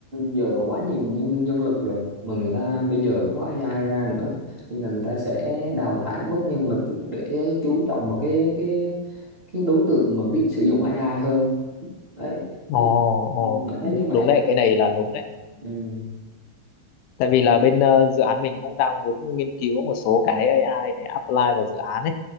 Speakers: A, on the right; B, on the left.
A: giờ quá nhiều nhân nhân lực rồi mà người ta bây giờ có AI ra nữa nên là người ta sẽ đào thải bớt nhân lực để chú trọng vào cái cái cái đối tượng mà biết sử dụng AI hơn đấy
B: Ồ,
A: thì lại
B: ồ,
A: thấy
B: đúng,
A: như vậy
B: đúng đấy,
A: là
B: cái này là đúng đấy.
A: ừ.
B: Tại vì là bên ờ, dự án mình cũng đang muốn nghiên cứu một số cái AI để apply vào dự án ấy.